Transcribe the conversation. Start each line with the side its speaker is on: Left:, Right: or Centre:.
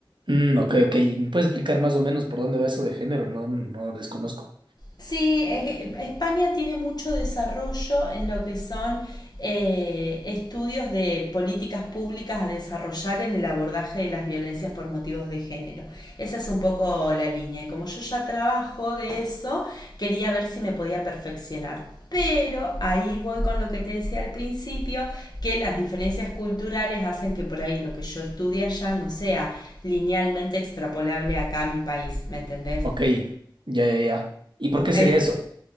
Right: Mm, ok, ok. ¿Y ¿Me puedes explicar más o menos por dónde va eso de género? No, no desconozco.
Left: Sí, es- España tiene mucho desarrollo en lo que son eh, estudios de políticas públicas a desarrollar en el abordaje de las violencias por motivos de género. Esa es un poco la línea. Y como yo ya trabajo de eso, quería ver si me podía perfeccionar. Pero ahí voy con lo que te decía al principio, que las diferencias culturales hacen que por ahí lo que yo estudie allá no sea linealmente extrapolable acá a mi país, ¿me entendés?
Right: Ok, ya, ya, ya. ¿Y por qué
Left: Eh,
Right: sería eso?